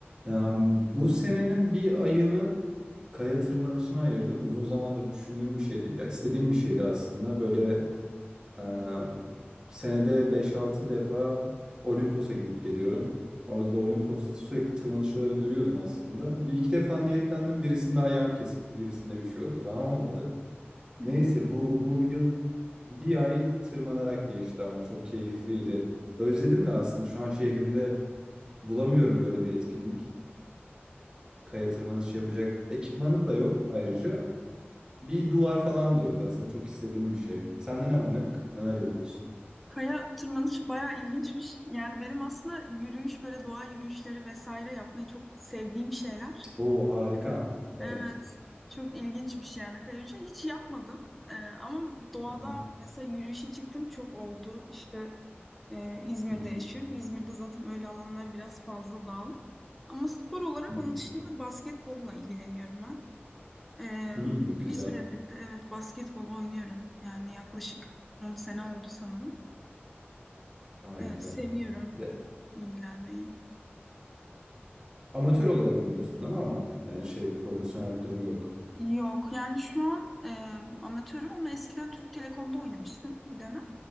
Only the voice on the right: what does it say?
Em, bu senenin bir ayını kaya tırmanışına ayırdım. Uzun zamandır düşündüğüm bir şeydi. Ya istediğim bir şeydi aslında. Böyle em, senede beş-altı defa Olimpos'a gidip geliyorum. Orada da Olimpos'ta sürekli tırmanışçıları görüyordum aslında. Bir iki defa niyetlendim. Birisinde ayağım kesikti, birisinde bir şey oldu falan olmadı.
Neyse
bu bu yıl bir ay tırmanarak geçti ama çok keyifliydi. Özledim de aslında şu an şehrimde bulamıyorum böyle bir etkinlik kaya tırmanışı yapacak ekipmanım da yok ayrıca. Bir duvar falan da yok aslında çok istediğim bir şey. Sende ne var ne yok? Neler yapıyorsun?
Oo harika. Evet.
Hı hı,
hı hı,
hı hı.
Hmm, güzel.
Harika.
De-
amatör olarak oynuyorsun değil mi ama? Yani şey profesyonel bir durum yok.